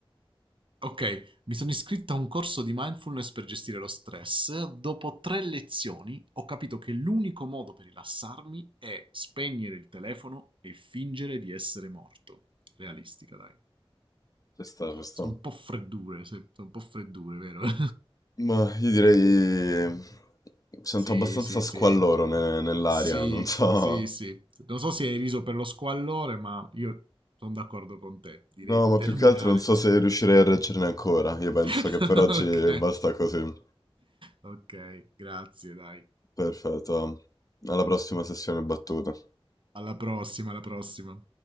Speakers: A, on the right (about 60°); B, on the left (about 35°).
A: ok, mi sono iscritto a un corso di mindfulness per gestire lo stress. Dopo tre lezioni ho capito che l'unico modo per rilassarmi è spegnere il telefono e fingere di essere morto. Realistica, dai.
B: Ci sta, ci sta.
A: Sono un po' freddure, se- sono un po' freddure, vero? <laughs>
B: Ma io direi. Sento
A: Sì,
B: abbastanza
A: sì,
B: squalloro
A: sì.
B: ne- nell'aria,
A: Sì,
B: non so.
A: sì, sì. Non so se hai riso per lo squallore, ma io sono d'accordo con te. Direi
B: No,
A: di
B: ma
A: terminare
B: più che altro non so
A: questo.
B: se riuscirei a reggerne ancora. Io penso
A: <laughs>
B: che per oggi
A: Ok.
B: basta così.
A: Ok, grazie, dai.
B: Perfetto. Alla prossima sessione battuta.
A: Alla prossima, alla prossima.